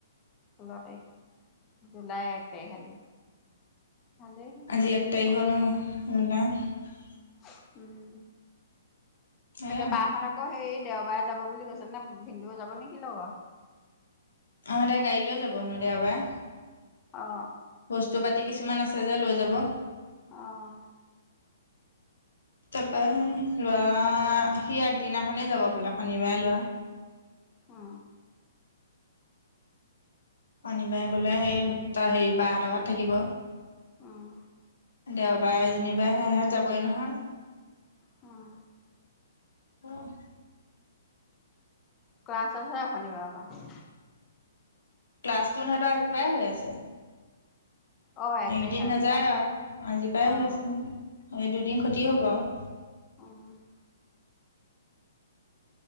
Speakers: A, on the left; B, on the left.
A: ষোল্ল তাৰিখ জুলাইৰ এক তাৰিখ আজি ভালেই
B: আজি এক তাৰিখ
A: হ'ব
B: হ'ল নহয় জুলাইৰ
A: উম উম এতিয়া
B: এ
A: বা হত আকৌ হেৰিত দেওবাৰে যাব বুলি কৈছে নে ভিনদেউ ও যাব নেকি লগত?
B: অহ! দে গাড়ী লৈ যাব হেনো দেওবাৰে।
A: অ
B: বস্তু পাতি কিছুমান আছে যে লৈ যাব
A: অহ!
B: তাৰপা সি লৱা সি আগদিনাখনেই যাব বোলে শনিবাৰে লৱা
A: অ
B: শনিবাৰে বোলে সি তাৰ হেৰি বা হতৰ ঘৰত থাকিব
A: উহ!
B: দেওবাৰে যেনিবা সিহঁত যাবই নহয়
A: অ'!
B: অ'!
A: ক্লাছ আছে এ শনিবাৰৰ পৰা।
B: ক্লাছটো সিহঁতৰ আজিপৰাই হৈ আছে।
A: অ এক
B: এইকেইদিন
A: তাৰিখ আজিৰ
B: নাযায়
A: পৰা
B: আৰু আজিৰ পাই
A: অ
B: হৈ আছে নহয়। এই দুদিন ক্ষতি হ'ব আও।
A: অ'।